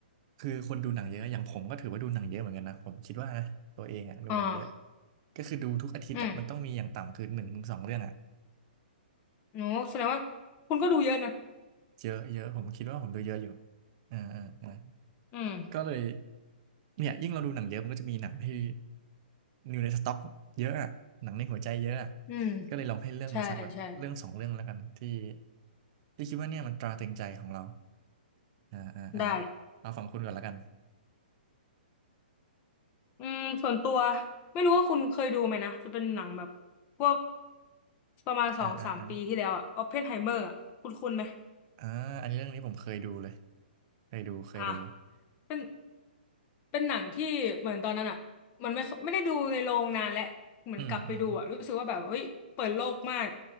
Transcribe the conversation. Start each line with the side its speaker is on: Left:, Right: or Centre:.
Right: คือคนดูหนังเยอะอย่างผมก็ถือว่าดูหนังเยอะเหมือนกันนะผมคิดว่านะตัวเองอ่ะดูหนังเยอะ
Left: อ่า
Right: ก็คือดูทุกอาทิตย์อ่ะมันต้องมีอย่างต่ำคือหนึ่งถึงสองเรื่องอ่ะ
Left: อืมโอ้แสดงว่าคุณก็ดูเยอะนะ
Right: เยอะเยอะผมคิดว่าผมดูเยอะอยู่อ่าอ่าอ่า
Left: อืม
Right: ก็เลยเนี่ยยิ่งเราดูหนังเยอะมันก็จะมีหนังที่อยู่ในสต็อกเยอะอะหนังในหัวใจเยอะอะ
Left: อืม
Right: ก็เลยลองให้เลือกมาสักแบบเรื่องสองเรื่องแล้วกันที่
Left: ใช่ใช่
Right: ที่คิดว่าเนี่ยมันตราตรึงใจของเราอ่าอ่าอ่า
Left: ได้
Right: เอาฝั่งคุณก่อนแล้วกัน
Left: อืมส่วนตัวไม่รู้ว่าคุณเคยดูไหมนะจะเป็นหนังแบบพวกประมาณสองสามปีที่แล้วอะออปเพนไฮเมอร์อะคุณคุณไหม
Right: อ่าอ่าอ่าอ่าอันนี้เรื่องนี้ผมเคยดูเลยเคยดูเคยดู
Left: อ่ะเป็นเป็นหนังที่เหมือนตอนนั้นอ่ะมันไม่ไม่ได้ดูในโรงนานแล้วเหมือนกลับไปดูอ่ะรู้สึกว่าแบบเฮ้ยเปิดโลกมาก
Right: อืมอืม